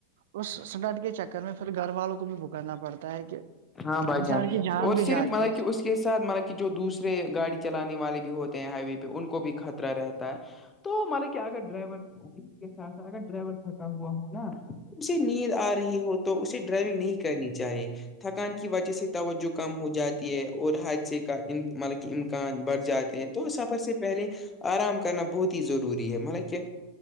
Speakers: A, on the right; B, on the left.
A: اس سٹٹ کے چکر میں پھر گھر والوں کو بھی بک کرنا پڑتا ہے کہ
B: ہاں بھائی
A: انسان
B: جان
A: کی
B: اور
A: بھی
B: صرف
A: جاتی
B: مطلب
A: ہے
B: کہ اس کے ساتھ مطلب کہ جو دوسرے گاڑی چلے والے بھی ہوتے ہیں ہائی وے پہ ان کو بھی ختم رہتا ہے تو ملا کیا اگر ڈرائیور ہوگی سھ ساتھ اگر ڈرائیور تھکا ہوا ہو نا اسے نیند آ رہی ہو تو اسے ڈرائیونگ نہیں کرنی چاہے تھکان کی وجہ سے تو توجہ کم ہو جاتی ہے اور حادثے کا مطلب کہ امکان بڑھ جاتے ہیں تو سفر سے پہلے آرام کرنا بہت ہی ضروری ہے مطلب کہ